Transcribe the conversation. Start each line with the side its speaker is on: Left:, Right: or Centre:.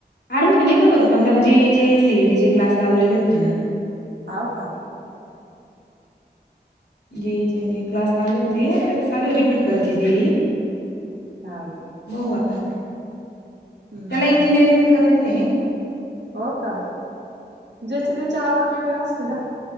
Left: ऍडमिशन येतच होतं पण त्यांना जीईचे सीईटी चे क्लास लावलेले होते ना.
Right: आव का
Left: जी ती क्लास लावले होते त्याच चालू आहे रिपीट करायची
Right: हम्म.
Left: जी
Right: हाव का?
Left: बऊ आता
Right: हम्म.
Left: त्याला इंजिनिअरिंगच करायचं आहे.
Right: हो का ज्याची त्याची आवड वेगैर असते ना.